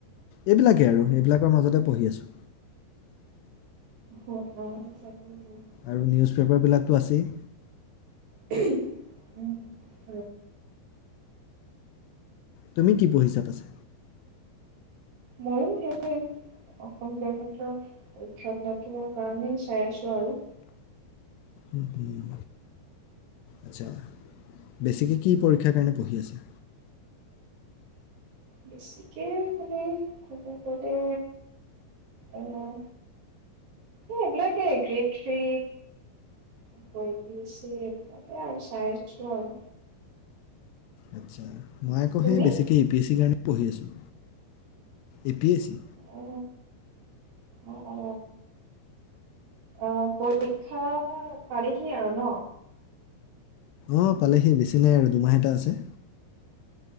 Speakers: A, on the left; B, on the right.
A: এইবিলাকেই আৰু এইবিলাকৰ মাজতে পঢ়ি আছোঁ।
B: অৱ অৱ তাকেই তু।
A: আৰু নিউজ পেপাৰবিলাকতো আছেই।
B: উম। <unintelligible>
A: তুমি কি পঢ়িছা পাছে?
B: মইও সেইয়ে। অসম গভমেন্টৰ পৰীক্ষা বিলাকৰ কাৰণেই চাই আছো আৰু।
A: উম উম, আচ্ছা। বেছিকে কি পৰীক্ষাৰ কাৰণে পঢ়ি আছা!
B: বেছিকে মানে ক'ব গলে, আহ এই এইবিলাকেই গ্ৰেড থ্ৰী। আক এপিএছি তাকে আৰু চাই আছো আৰু।
A: আচ্ছা মই আকৌ
B: তুমি
A: সেই বেছিকৈ এ পি এছ চিৰ কাৰণে পঢ়ি আছোঁ। এ পি এছ চি
B: অ, অ অ। অ পৰীক্ষা পালেহি আৰু ন?
A: অৱ পালেহি বেছি নাই আৰু দুমাহ এটা আছে।